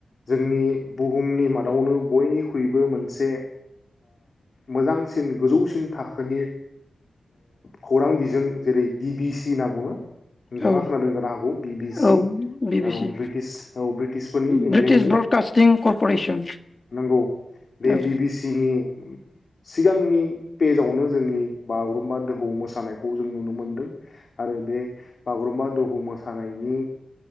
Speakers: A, on the left; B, on the left.
A: जोंनि बुहुमनि मादावनो बयनिख्रुइबो मोनसे मोजांसिन गोजौसिन थाखोनि खौरां बिजों जेरै बि बिसि होनना बुङो नोंथाङा
B: औ
A: खोनादों जानो हागौ बि बि सि
B: औ बि बि
A: औ
B: सि
A: ब्रिटिस औ ब्रिटिसफोरनि इंलेण्डनि
B: ब्रिटिश ब्रडकास्टिं कर्परेसन
A: नंगौ बे
B: औ
A: बि बि सिनि सिगांनि पेजावनो जोंनि बागुरुम्बा दोहौ मोसानायखौ जों नुनो मोनदों आरो बे बागुरुम्बा दोहौ मोसानायनि